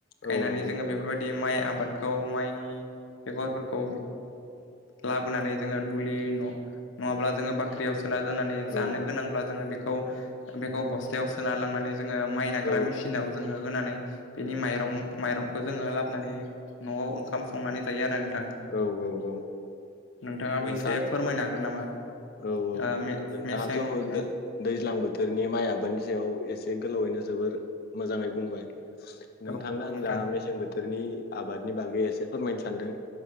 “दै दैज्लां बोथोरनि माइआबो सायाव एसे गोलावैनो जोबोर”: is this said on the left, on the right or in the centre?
Left